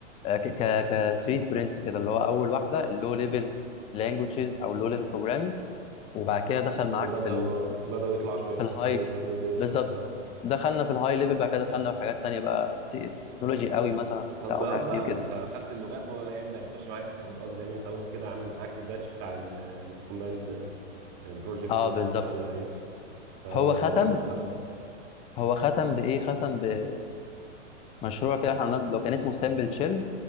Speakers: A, on the left; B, on the right.
A: آه، ك ك 3 سبرنتس كده اللي هو اول واحده اللو ليفل لانجوجز او اللو ليفل بروجرامينج وبعد كده دخل
B: وبدأوا
A: معاك في ال
B: اه بدأوا يطلعوا شوية
A: في الهاي
B: بدأوا يسهلوا الدنيا
A: بالظبط
B: شوية اه
A: دخلنا في الهاي ليفل بعد كده دخلنا في حاجات تانية بقى ت- تكنولوجي قوي مثلا وبتاع
B: تطبيقات
A: ومش عارف
B: بقى
A: ايه كده
B: ما انت اخدت اللغات هو اللي هيبدأ يخش معاك في تطبيقات زي ما انت قلت كده عمل معاك الباتش بتاع ال- الكوماند بروجكت
A: اه
B: اللي انت
A: بالظبط
B: كنت شغالين عليه فالموضوع
A: هو ختم
B: بيبقى
A: هو ختم بايه ختم ب... بمشروع كده احنا عملناه لو كان اسمه سامبل تشيل